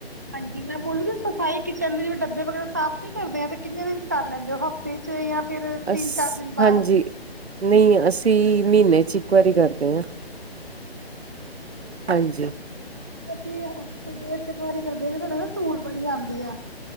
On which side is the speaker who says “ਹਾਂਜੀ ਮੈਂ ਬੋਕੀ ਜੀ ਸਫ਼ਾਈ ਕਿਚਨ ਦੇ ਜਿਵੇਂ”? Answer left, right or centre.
Right